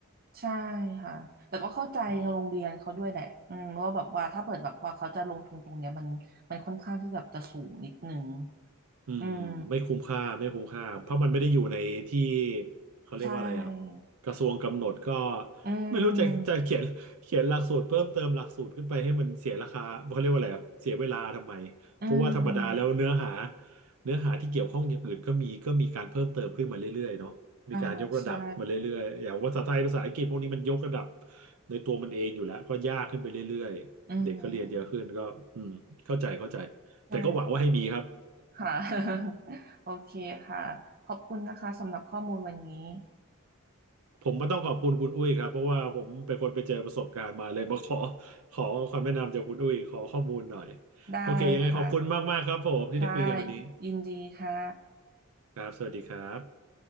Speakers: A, on the right; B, on the right.
A: ใช่ค่ะแต่ก็เข้าใจโรงเรียนเขาด้วยแหละอืมว่าแบบว่าถ้าเปิดแบบว่าเขาจะลงทุนตรงเนี้ยมันมันค่อนข้างที่แบบจะสูงนิดนึง
B: ๆอืม อืมไม่คุ้มค่าไม่คุ้มค่าเพราะมันไม่ได้อยู่ในที่
A: อืม
B: เขาเรียกว่าอะไรอ่ะ
A: ใช่
B: กระทรวงกำหนดก็
A: อืม
B: ไม่รู้จะ <laughs> จะเขียนเขียนหลักสูตรเพิ่มเติมหลักสูตรขึ้นไปให้มันเสียราคาเขาเรียกว่าอะไรอ่ะเสียเวลาทำไมเพราะว่าธรรมดาแล้วเนื้อหา
A: อืม
B: เนื้อหาที่เกี่ยวข้องอย่างอื่นก็มีก็มีการเพิ่มเติมขึ้นมาเรื่อยๆเนาะมีการยกระดับมาเรื่อยๆอย่างภาษาไทยภาษาอังกฤษพวกนี้มันยกระดับ
A: อ่า ใช่
B: ในตัวมันเองอยู่แล้วก็ยากขึ้นไปเรื่อยๆเด็กก็เรียนเยอะขึ้นก็อืมเข้าใจเข้าใจ
A: อืมใช่
B: แต่ก็หวังว่าให้มีครับ
A: ค่ะ <laughs> โอเคค่ะ ขอบคุณนะคะสำหรับข้อมูลวันนี้
B: ผมก็ต้องขอบคุณคุณอุ้ยครับเพราะว่าผมเป็นคนไปเจอประสบการณ์มาเลยมาขอขอความแนะนำจากคุณอุ้ยขอข้อมูลหน่อย
A: ได้ค่ะ
B: โอเคยังไงขอบคุณมากๆครับผมที่ได้คุยกันวันนี้
A: ค่ะยินดีค่ะ
B: ครับสวัสดีครับ